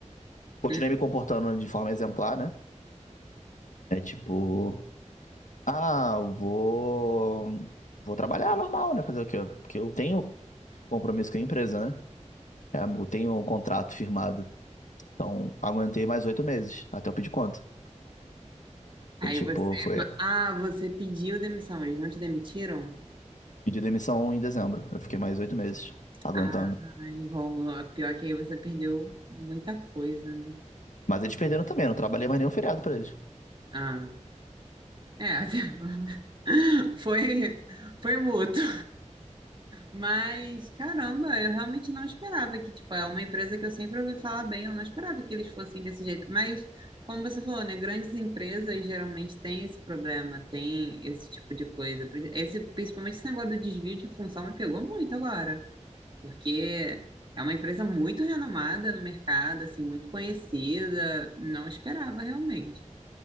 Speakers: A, on the left (about 85°); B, on the right (about 40°).
A: Continuei
B: Uhum.
A: me comportando de forma exemplar, né? É tipo, ah, eu vou, vou trabalhar normal, né? Fazer o quê? Porque eu tenho compromisso com a empresa, né? É, Eu tenho um contrato firmado. Então, aguentei mais oito meses até eu pedir conta.
B: Aí
A: Eu, tipo,
B: você,
A: foi
B: ma- ah, você pediu demissão, eles não te demitiram?
A: pedi demissão em dezembro. Eu fiquei mais oito meses aguentando.
B: Ai, Rômulo, a pior é que aí você perdeu muita coisa, né?
A: Mas eles perderam também, eu não trabalhei mais nenhum feriado pra eles.
B: Ah, é, <laughs> foi, foi mútuo. Mas, caramba, eu realmente não esperava que, tipo, é uma empresa que eu sempre ouvi falar bem, eu não esperava que eles fossem desse jeito. Mas, como você falou, né, grandes empresas geralmente têm esse problema, tem esse tipo de coisa. Pri- Esse, principalmente esse negócio do desvio de função me pegou muito agora, porque é uma empresa muito renomada no mercado, assim, muito conhecida, não esperava realmente.